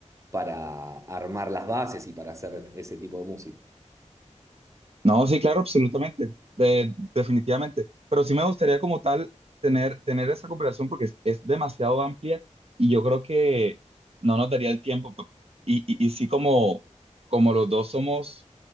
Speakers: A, on the right; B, on the right.
A: para armar las bases y para hacer ese tipo de música.
B: No, sí, claro, absolutamente, de- definitivamente. Pero sí me gustaría como tal tener, tener esa cooperación porque es, es demasiado amplia y yo creo que no nos daría el tiempo. p- Y, y, y sí como, como los dos somos